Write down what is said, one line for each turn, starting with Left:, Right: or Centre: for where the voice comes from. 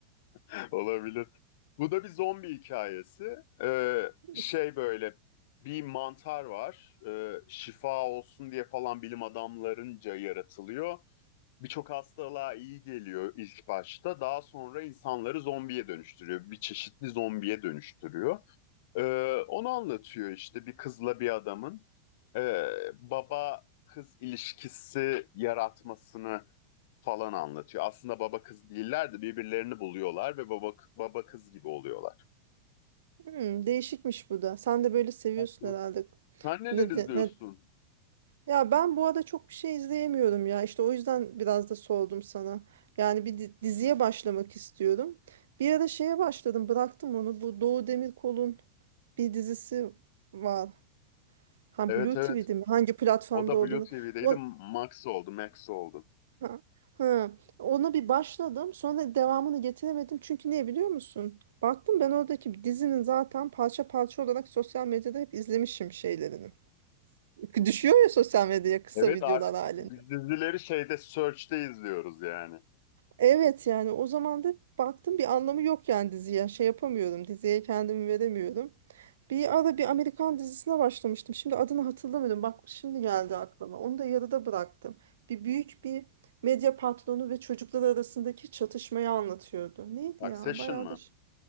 Left: <laughs> olabilir. Bu da bir zombi hikayesi. Ee, şey
Right: Is-
Left: böyle bir mantar var. Ee, şifa olsun diye falan bilim adamlarınca yaratılıyor. birçok hastalığa iyi geliyor ilk başta. Daha sonra insanları zombiye dönüştürüyor. Bir çeşitli zombiye dönüştürüyor. Ee, onu anlatıyor işte bir kızla bir adamın e, baba kız ilişkisi yaratmasını falan anlatıyor. Aslında baba kız değiller de birbirlerini buluyorlar ve baba baba kız gibi oluyorlar.
Right: Hmm, değişikmiş bu da. Sen de böyle seviyorsun
Left: Hı.
Right: herhalde.
Left: Sen neler
Right: Ne,
Left: izliyorsun?
Right: de- ne Ya ben bu arada çok bir şey izleyemiyorum ya. İşte o yüzden biraz da sordum sana. Yani bir di- diziye başlamak istiyorum. Bir ara şeye başladım, bıraktım onu. Bu Doğu Demirkol'un bir dizisi var. Ha
Left: Evet
Right: Blue
Left: evet.
Right: TV'de mi? Hangi platformda
Left: O da
Right: olduğunu.
Left: Blue TV'deydi.
Right: O,
Left: Max oldu, Max oldu.
Right: ha, ha. Ona bir başladım. Sonra devamını getiremedim. Çünkü niye biliyor musun? Baktım ben oradaki dizinin zaten parça parça olarak sosyal medyada hep izlemişim şeylerini. <laughs> Düşüyor ya sosyal medyaya kısa
Left: Evet
Right: videolar
Left: artık
Right: halinde.
Left: biz dizileri şeyde Search'te izliyoruz yani.
Right: Evet yani o zaman da baktım bir anlamı yok yani diziye. Şey yapamıyorum. Diziye kendimi veremiyorum. Bir ara bir Amerikan dizisine başlamıştım. Şimdi adını hatırlamıyorum. Bak şimdi geldi aklıma. Onu da yarıda bıraktım. Bir büyük bir medya patronu ve çocuklar arasındaki çatışmayı anlatıyordu. Neydi
Left: Succession
Right: ya? Bayağı
Left: mı?
Right: da şey-